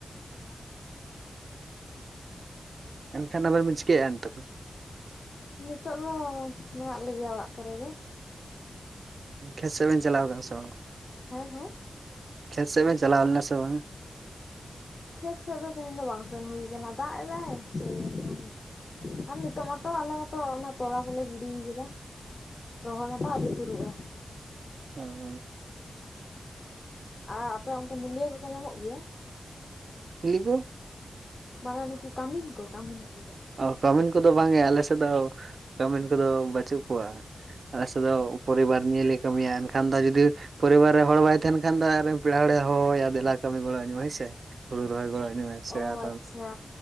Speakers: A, on the right; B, on the left.
A: ᱮᱱᱠᱷᱟᱱ ᱟᱵᱤᱱ ᱵᱤᱱ ᱪᱤᱠᱟᱹᱭ ᱮᱜᱼᱟ ᱱᱤᱛᱚᱜ ᱫᱚ?
B: ᱱᱤᱛᱚᱜ ᱫᱚ ᱢᱮᱱᱟᱜ ᱞᱮᱜᱮᱭᱟ ᱚᱲᱟᱜ ᱠᱚᱨᱮ ᱜᱮ,
A: ᱠᱷᱮᱛ ᱥᱮᱫ ᱵᱮᱱ ᱪᱟᱞᱟᱣ ᱟᱠᱟᱱᱟ ᱥᱮ ᱵᱟᱝ?
B: ᱦᱮᱸ ᱦᱮᱸ,
A: ᱠᱷᱮᱛ ᱥᱮᱫ ᱵᱮᱱ ᱪᱟᱞᱟᱣ ᱞᱮᱱᱟ ᱥᱮ ᱵᱟᱝ?
B: ᱠᱷᱮᱛ ᱥᱮᱫ ᱫᱚ ᱛᱮᱦᱮᱧ ᱫᱚ ᱵᱟᱝ ᱥᱮᱱ ᱦᱩᱭ ᱠᱟᱱᱟ ᱫᱟᱜ ᱮᱫᱟᱭ ᱥᱮᱭ ᱡᱚᱱᱱᱚ ᱜᱮ᱾ ᱟᱨ ᱱᱤᱛᱚᱜ ᱢᱟᱛᱚ ᱟᱞᱮ ᱢᱟᱛᱚ ᱚᱱᱟ ᱛᱚᱞᱟ ᱠᱚᱞᱮ ᱜᱤᱲᱤ ᱠᱟᱫᱟ᱾ ᱨᱚᱦᱚᱭ ᱢᱟᱛᱚ ᱟᱹᱣᱨᱤ ᱥᱩᱨᱩᱜᱼᱟ᱾
A: ᱚᱸ
B: ᱟᱨ ᱟᱯᱮᱭ ᱚᱱᱛᱮ ᱢᱩᱞᱭᱟᱹ ᱠᱚ ᱠᱚ ᱧᱟᱢᱚᱜ ᱜᱮᱭᱟ?
A: ᱪᱤᱞᱤ ᱠᱚ?
B: ᱢᱟᱱᱮ ᱱᱩᱠᱩ ᱠᱟᱹᱢᱤᱱ ᱠᱚ ᱠᱟᱹᱢᱤᱱ ᱠᱚ ᱡᱟᱦᱟᱸ ᱾
A: ᱚ ᱠᱟᱹᱢᱤᱱ ᱠᱚ ᱫᱚ ᱵᱟᱝ ᱮ ᱟᱞᱮ ᱥᱮᱫ ᱫᱚ ᱠᱟᱹᱢᱤᱱ ᱠᱚᱫᱚ ᱵᱟᱹᱪᱩᱜ ᱠᱚᱣᱟ᱾ ᱟᱞᱥᱮᱫ ᱫᱚ ᱯᱚᱨᱤᱵᱟᱨ ᱱᱤᱭᱮ ᱞᱮ ᱠᱟᱹᱢᱤᱭᱟ ᱮᱱᱠᱷᱟᱱ ᱫᱚ ᱡᱩᱫᱤ ᱯᱚᱨᱤᱵᱟᱨ ᱨᱮ ᱦᱚᱲ ᱵᱟᱭ ᱛᱟᱦᱮᱱ ᱠᱷᱟᱱ ᱫᱚ ᱟᱨ, ᱯᱮᱲᱟ ᱦᱚᱲ ᱮ ᱦᱚᱦᱚ ᱟᱭᱟ ᱫᱮᱞᱟ ᱠᱟᱹᱢᱤ ᱜᱚᱲᱚ ᱟᱹᱧ ᱢᱮ ᱦᱳᱭ ᱥᱮ ᱦᱩᱲᱩ ᱨᱚᱦᱚᱭ ᱜᱚᱲ ᱟᱹᱧ ᱢᱮ᱾ ᱥᱮ
B: ᱚ
A: ᱟᱨ
B: ᱟᱪᱪᱷᱟ